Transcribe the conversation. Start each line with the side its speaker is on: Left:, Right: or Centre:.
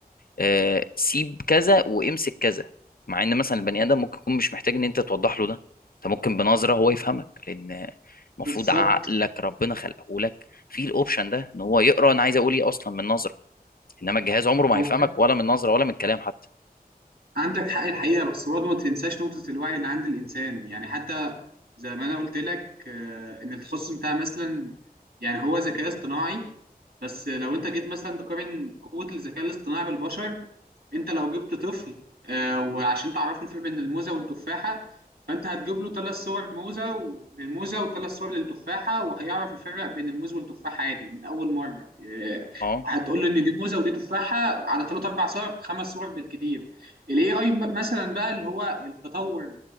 Left: آه، سيب كذا وامسك كذا مع ان مثلا البني ادم ممكن يكون مش محتاج ان انت توضح له ده انت ممكن بنظره هو يفهمك لان المفروض
Right: بالظبط
Left: عقلك ربنا خلقه لك في الاوبشن ده ان هو يقرا انا عايز اقول ايه اصلا من نظره انما الجهاز عمره ما
Right: هو
Left: هيفهمك ولا من نظره ولا من كلام حتى
Right: عندك حق الحقيقة بس برضه ما تنساش نقطة الوعي اللي عند الإنسان يعني حتى زي ما أنا قلت لك آه، إن التخصص بتاع مثلا يعني هو ذكاء اصطناعي بس لو أنت جيت مثلا تقارن قوة الذكاء الاصطناعي بالبشر أنت لو جبت طفل آه، وعشان تعرفه الفرق بين الموزة والتفاحة فأنت هتجيب له ثلاث صور موزة و- للموزة وثلاث صور للتفاحة وهيعرف يفرق بين الموز والتفاحة عادي من أول مرة آه،
Left: اه
Right: هتقول له إن دي موزة ودي تفاحة على ثلاث أربع صور خمس صور بالكتير الاي اي مثلا بقى اللي هو التطور